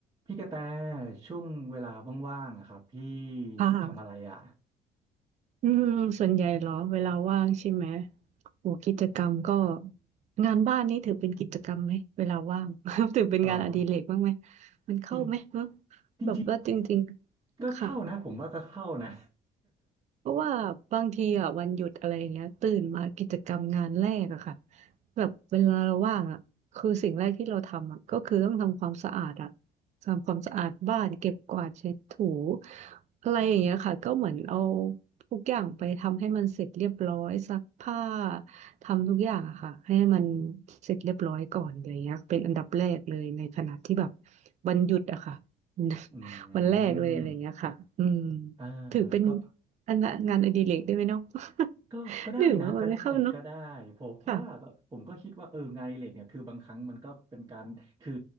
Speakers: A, on the right; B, on the right.
A: พี่กระแตช่วงเวลาว่างๆอะครับพี่
B: ค่ะ
A: ทำอะไรอ่ะ
B: อืมส่วนใหญ่เหรอ เวลาว่างใช่ไหมโหกิจกรรมก็งานบ้านนี่ถือเป็นกิจกรรมไหม เวลาว่าง <laughs> ถือเป็นงานอดิเรกบ้างไหม
A: เออ
B: มันเข้าไหมเนอะ
A: จริงจริง
B: แบบว่าจริงๆ
A: ๆก็เข้านะผมว่าก็เข้านะ
B: ค่ะ เพราะว่าบางทีอ่ะวันหยุดอะไรอย่างเงี้ยตื่นมากิจกรรมงานแรกอะค่ะแบบเวลาเราว่างอะคือสิ่งแรกที่เราทำอะก็คือต้องทำความสะอาดอะทำความสะอาดบ้านเก็บกวาดเช็ดถูอะไรอย่างเงี้ยค่ะก็เหมือนเอาทุกอย่างไปทำให้มันเสร็จเรียบร้อยซักผ้าทำทุกอย่างอะค่ะให้มันเสร็จเรียบร้อยก่อนอะไรอย่างเงี้ยเป็นอันดับแรกเลยในขณะที่แบบวันหยุดอะค่ะ
A: <laughs> อื
B: <laughs> วันแรกเลยอะไรอย่างเงี้ยค่ะอืม
A: มอ่า
B: ถือเป็น
A: ก็
B: อันละงานอดิเรกได้ไหมเนาะ <laughs>
A: ก็ก็ได้นะก็ได้ก็ได้ผมเพราะว่าก็ผมก็คิดว่าเอองานอดิเรกเนี่ยคือบางครั้งมันก็เป็นการคือ
B: หนึ่งว่ามันไม่เข้าเนาะค่ะ